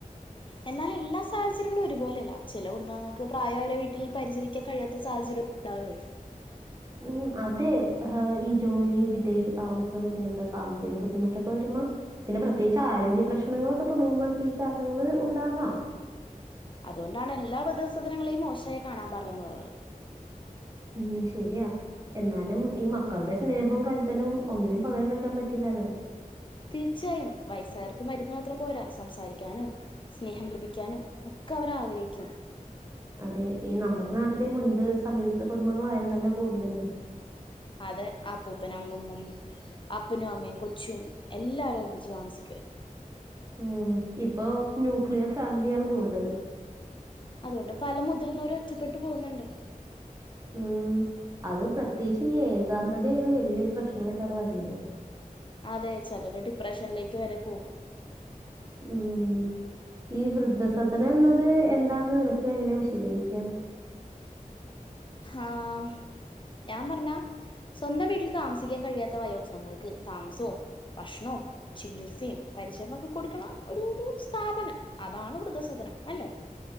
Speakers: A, on the left; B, on the right.
A: എന്നാല് എല്ലാ സാഹചര്യങ്ങളും ഒരുപോലല്ല ചെല കുടുംബഗങ്ങൾക്ക് പ്രായവരെ വീട്ടിൽ പരിചരിക്കാൻ കഴിയാത്ത സാഹചര്യം. ട്ടാവേ.
B: <inaudible> ഉം അതെ് ഹാ ഈ ജോലി വിദേശ താമസം പിന്നെന്താ സാമ്പത്തിക ബുദ്ധിമുട്ടൊക്കെ വരുമ്പ പിന്നെ പ്രത്യേകിച്ച് ആരോഗ്യ പ്രശ്നങ്ങളൊക്കെ തുടങ്ങുമ്പക്കെ ഈ കാരണങ്ങള് ഉണ്ടാകാം.
A: അതുകൊണ്ടാണ് എല്ലാ വൃദ്ധസദനങ്ങളെയും മോശായി കാണാൻ പാടില്ലെന്ന് പറയണത്.
B: ഉം ശെരിയാ. എന്നാലും ഈ മക്കളുടെ സ്നേഹവും കരുതലവും ഒന്നിനും പകരം വെക്കാൻ പറ്റില്ല ലലോ
A: തീർച്ചായും വയസ്സായവർക്ക് മരുന്ന് മാത്രം പോരാ. സംസാരിക്കാനും സ്നേഹം ലഭിക്കാനും. ഒക്കെ അവർ ആഗ്രഹിക്കും.
B: അതെ. ഈ നമ്മുടെ നാട്ടിലെ മുൻപ് സംയുക്ത കുടുംബങ്ങളായിരുന്നല്ലോ കൂടുതലും.
A: അതേ അപ്പൂപ്പനമ്മൂമ്മമ്മ് അപ്പനും അമ്മയും കൊച്ചും എല്ലാരും ഒരുമിച്ച് താമസിക്കുവാരുന്നു.
B: ഉം ഇപ്പൊ ന്യൂക്ലിയർ ഫാമിലിയാണ് കൂടുതലും.
A: അതുകൊണ്ട് പല മുതിർന്നവരൊറ്റപ്പെട്ടു പോന്നൊണ്ട്.
B: ഉം അത് പ്രത്യേകിച്ച് ഈ ഏകാന്തതയാണ് വെലിയൊരു പ്രശ്നമായ്ട്ട് അവെടെ വെരുന്നത്.
A: അതെ ചെലര് ഡിപ്രഷനിലേക്ക് വരെ പോകും.
B: ഉം ഈ വൃദ്ധസദനം എന്നത് എന്താന്നിനക്ക് എങ്ങനെ വിശദീകരിക്കാം? <inaudible>
A: ആഹ് ഞാൻ പറഞ്ഞ സ്വന്തം വീട്ടിൽ താമസിക്കാൻ കഴിയാത്ത വയോജനങ്ങൾക്ക് താമസവും ഭക്ഷണവും ചികിത്സയും പരി ണക്കെ കൊടുക്കണ ഒരു ഒരു സ്ഥാപനം അതാണ് വൃദ്ധസദനം അല്ലെ.